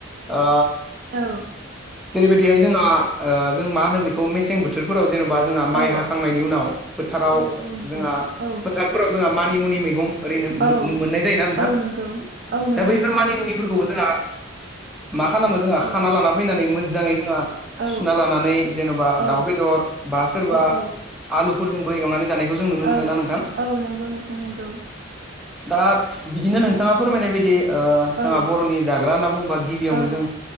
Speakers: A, in the centre; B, on the right.
A: ओ
B: औ
A: जेरै बायदि हाय जोंहा ओ जों मा होनो बेखौ मेसें बो थोरफोराव जेनेबा जोंहा माइ
B: औ
A: हाखांनायनि उनाव फोथाराव
B: औ औ नंगौ
A: जोंहा
B: औ
A: फोथार फोराव जोंहा मानि मुनि मैगं ओरैनो मोननाय
B: औ
A: जायोना नोंथां
B: औ नंगौ औ नंगौ
A: दा बैफोर
B: नंगौ
A: मानि
B: नोंथां
A: मुनिफोरखौबो जोंहा मा खालामो जोंहा खाना
B: औ
A: लाना फैनानै मोजांङै जोंहा
B: औ
A: सुना लानानै जेन'बा
B: औ
A: दाउ बेदर बा सोरबा
B: औ
A: आलुफोरजोंबो एवनानै जानायखौ जों नुनो
B: औ
A: मोनो ना नोंथां।
B: औ नंगौ नोंथां नंगौ
A: दा बिदिनो नोंथांङा फोरमायनाय बायदि ओ जोंहा
B: औ
A: बर'नि जाग्रा होनना बुङोबा गिबियावनो
B: औ
A: जों